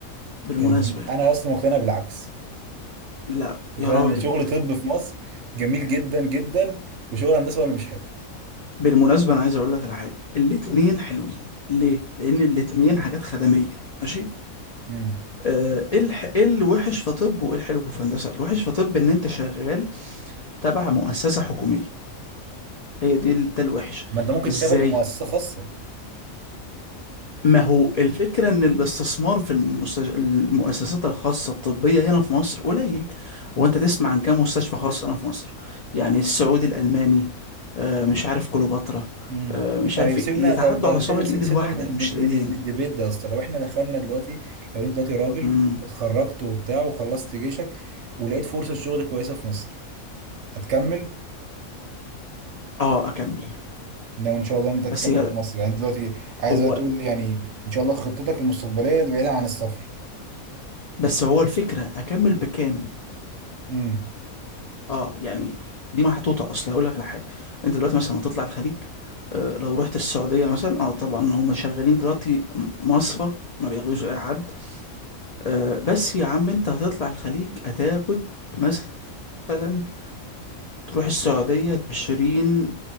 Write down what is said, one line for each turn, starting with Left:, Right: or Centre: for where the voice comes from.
Left: بالمناسبة
Right: الب-
Left: يعني
Right: انا يا اسطى مقتنع بالعكس
Left: لا
Right: مقتنع
Left: يا راجل
Right: ان شغل طب في مصر جميل جدا جدا وشغل هندسه ولا مش حلو
Left: بالمناسبة أنا عايز أقول لك على حاجة الاتنين حلوين ليه؟ لأن الاتنين حاجات خدمية ماشي؟
Right: امم
Left: آه، إيه الح... إيه الوحش في طب وإيه الحلو في هندسة؟ الوحش في طب إن أنت شغال تبع مؤسسة حكومية هي دي ال- ده الوحش
Right: طب ما انت ممكن
Left: إزاي؟
Right: تشتغل في مؤسسه خاصه
Left: ما هو الفكرة إن الاستثمار في المست... المؤسسات الخاصة الطبية هنا في مصر قليل هو أنت تسمع عن كام مستشفى خاص هنا في مصر؟ يعني السعودي الألماني آه، مش عارف كليوباترا
Right: امم
Left: آه، مش
Right: طيب
Left: عارف
Right: سيبنا
Left: إيه، يتعدوا
Right: طيب طيب
Left: على
Right: سيب-
Left: صابع الإيد
Right: سيب- سيبنا
Left: الواحدة
Right: من
Left: مش
Right: من
Left: الإيدين
Right: من الديبيت ده يا اسطى لو احنا دخلنا دلوقتي لو انت دلوقتي راجل
Left: امم
Right: اتخرجت وبتاع وخلصت جيشك ولقيت فرصة شغل كويسة في مصر هتكمل؟
Left: اه اكمل
Right: لو ان شاء الله انت هتكمل
Left: بس هي
Right: في مصر يعني دلوقتي عايز
Left: هو
Right: تقول لي يعني ان شاء الله خطتك المستقبلية بعيدة عن السفر
Left: بس هو الفكره اكمل بكام
Right: امم
Left: اه يعني دي محطوطه اصل هقول لك على حاجه انت دلوقتي مثلا هتطلع الخليج آه لو رحت السعوديه مثلا اه طبعا هم شغالين دلوقتي م- مصفى ما بياخدوش اي حد آه بس يا عم انت هتطلع الخليج هتاخد مثلا تروح السعوديه 20